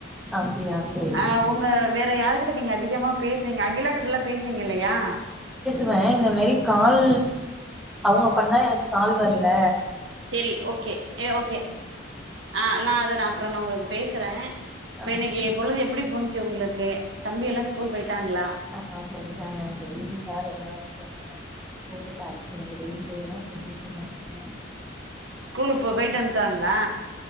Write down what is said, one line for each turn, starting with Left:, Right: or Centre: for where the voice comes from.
Centre: அப்டியா சேரி
Right: அ உங்க வேற யாருகிட்ட நீங்க அதிகமா பேசுனிங்க லா கிட்டெல்லா பேசி னிங்கல்லையா
Centre: ம இந்த மாரி கால் அவுங்க பண்ணா எனக்கு கால் வர்ல
Right: செரி ஓகே எ ஓகே ஆ நா அத நா அப்பற நா உங்களுக்கு பேசறே இப்ப
Centre: ஆ
Right: இன்னைக்கு பொழுது எப்படி போ ச்சு உங்களுக்கு தம்பி எல்லா ஸ்கூல் போயிட்டாங்களா
Centre: ஆ போய்ட்டாங்க வெயில்தா ரொம்ப அதிகமா போட்டு தாக்கி இன்னைக்கு வெயில்லேதா சுத்திகிட்ருந்த ஃபுல்லா
Right: ஸ்கூலுக்கு போயிட்டு வந்துட்டாங்களா